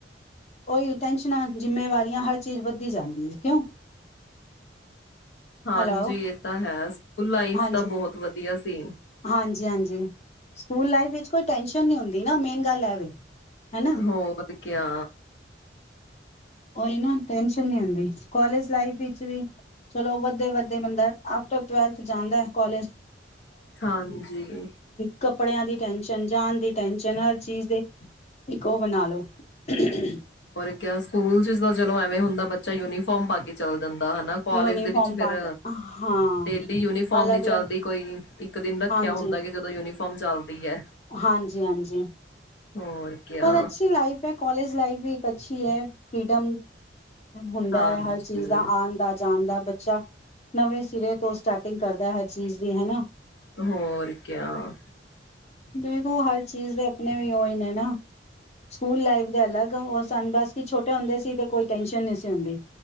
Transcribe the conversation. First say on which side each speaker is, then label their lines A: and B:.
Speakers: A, on the left (about 35°); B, on the left (about 70°).
A: ਉਹੀ ਟੈਨਸ਼ਨਾਂ ਜਿੰਮੇਵਾਰੀਆਂ ਹਰ ਚੀਜ਼ ਵੱਧਦੀ ਜਾਂਦੀ ਕਿਉਂ
B: ਹਾਂਜੀ
A: ਹੈਲੋ
B: ਇਹ ਤਾਂ ਹੈ ਸਕੂਲ ਲਾਈਫ
A: ਹਾਂਜੀ
B: ਤਾਂ ਬਹੁਤ ਵਧੀਆ ਸੀ
A: ਹਾਂਜੀ ਹਾਂਜੀ ਸਕੂਲ ਲਾਈਫ ਵਿੱਚ ਕੋਈ ਟੈਨਸ਼ਨ ਨੀ ਹੁੰਦੀ ਨਾ ਮੇਨ ਗੱਲ ਇਹ ਵੇ ਹਨਾ
B: ਹੋਰ ਕਯਾ
A: ਉਹੀ ਨਾ ਟੈੈਂਨਸ਼ਨ ਨੀ ਹੁੰਦੀ। ਕਾਲਜ ਲਾਈਫ ਵਿੱਚ ਵੀ ਚਲੋ ਵੱਧਦੇ ਵੱਧਦੇ ਬੰਦਾ ਆਫਟਰ ਟਵੈਲਥ ਜਾਂਦਾ ਕੋਲੇਜ
B: ਹਾਂਜੀ।
A: ਕੱਪੜਿਆਂ ਦੀ ਟੈਨਸ਼ਨ, ਜਾਨ ਦੀ ਟੈਨਸ਼ਨ, ਹਰ ਚੀਜ਼ ਦੀ ਇੱਕ ਉਹ ਬਣਾ ਲੋੋ <unintelligible>
B: ਹੋਰ ਕਿਆ। ਸਕੂਲ ਚ ਦਾ ਚਲੋ ਐਵੇਂ ਹੁੰਦਾ ਬੱਚਾ ਯੂਨੀਫਾਰਮ ਪਾ ਕੇ ਚੱਲ ਦਿੰਦਾ ਹਨਾ, ਕਾਲਜ
A: ਯੂਨੀਫਾਰਮ
B: ਦੇ ਵਿੱਚ ਫਿਰ
A: ਪਾ ਕੇ ਹਾਂ
B: ਡੇਲੀ ਯੂਨੀਫਾਰਮ
A: ਅਲੱਗ
B: ਨੀ
A: ਅਲੱਗ
B: ਚੱਲਦੀ, ਕੋਈ ਇੱਕ ਦਿਨ ਰੱਖਿਆ
A: ਹਾਂਜੀ,
B: ਹੁੰਦਾ ਕਿ ਜਦੋਂ ਯੂਨੀਫੋ ਮ ਚੱਲਦੀ ਐ।
A: ਹਾਂਜੀ ਹਾਂਜੀ।
B: ਹੋਰ ਕਿਆ
A: ਪਰ ਅੱਛੀ ਲਾਈਫ ਐ, ਕਾਲਜ ਲਾਈਫ ਵੀ ਅਛੀ ਐ, ਫ੍ਰੀਡਮ ਹੁੰਦਾ
B: ਹਾਂਜੀ
A: ਐ ਹਰ ਚੀਜ਼ ਦਾ, ਆਣ ਦਾ, ਜਾਣ ਦਾ। ਬੱਚਾ ਨਵੇਂ ਸਿਰੇ ਤੋਂ ਸਟਾਰਟਿੰਗ ਕਰਦਾ ਹਰ ਚੀਜ਼ ਦੀ, ਹਨਾ?
B: ਹੋਰ ਕਿਆ।
A: ਨੇਨੋ ਹਰ ਚੀਜ਼ ਦੇ ਆਪਣੇ ਵੀ ਉਹੀ ਨੇ ਨਾ ਸਕੂਲ ਲਾਈਫ ਦੇ ਅਲਗ ਉਹ ਸਨ, ਬਸ ਕੀ ਛੋਟੇ ਹੁੰਦੇ ਸੀ ਤੇ ਕੋਈ ਟੈਨਸ਼ਨ ਨਹੀਂ ਸੀ ਹੁੰਦੀ।